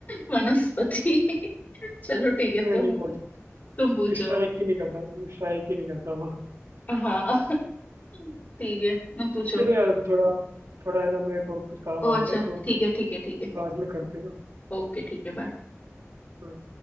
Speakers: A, on the left; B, on the right.
A: वनस्पति चलो ठीक है
B: मैं
A: तुम
B: नहीं पहुंच
A: तुम पूछो
B: स्ट्राइक ही नहीं करता स्ट्राइक ही नहीं करता वो
A: हाँ ठीक है तुम पूछो
B: चलो यार अभी थोड़ा थोड़ा है ना मेरे को कुछ काम
A: ओ
B: आ
A: अच्छा
B: गया है तो
A: ठीक है ठीक है ठीक है
B: बाद में करते हैं ना
A: ओके ठीक है बाय
B: Bye.